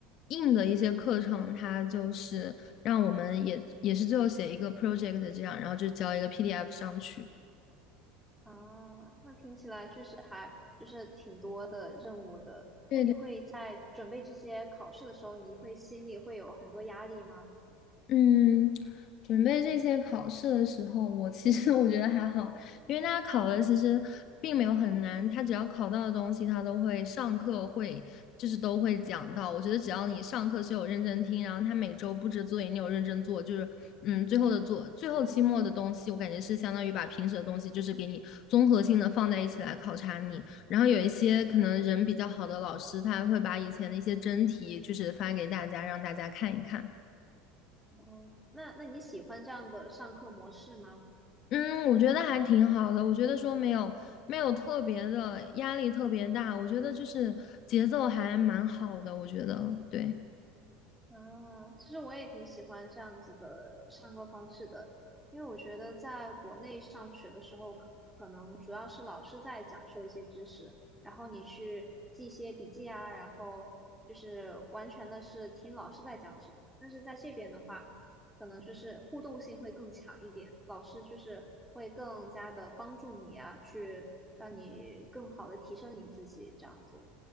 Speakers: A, on the left; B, in the centre.
A: 硬的一些课程，它就是让我们也也是最后写一个 project 这样，然后就交一个 PDF 上去。
B: 啊，那听起来确实还就是挺多的任务的。
A: 对对
B: 那你会在准备这些考试的时候，你会心里会有很多压力吗？
A: 嗯，准备这些考试的时候，我其实 <laughs> 我觉得还好，因为他考的其实并没有很难，他只要考到的东西，他都会上课会就是都会讲到。我觉得只要你上课是有认真听，然后他每周布置作业你有认真做，就是嗯，最后的做最后期末的东西，我感觉是相当于把平时的东西就是给你综合性的放在一起来考察你。然后有一些可能人比较好的老师，他还会把以前的一些真题就是发给大家，让大家看一看。
B: 哦，那那你喜欢这样的上课模式吗？
A: 嗯，我觉得还挺好的。我觉得说没有没有特别的压力特别大，我觉得就是节奏还蛮好的。我觉得对，
B: 啊，其实我也挺喜欢这样子的上课方式的，因为我觉得在国内上学的时候，可可能主要是老师在讲授一些知识，然后你去记一些笔记啊，然后就是完全的是听老师在讲什么。但是在这边的话，可能就是互动性会更强一点，老师就是会更加的帮助你啊，去让你更好的提升你自己这样子。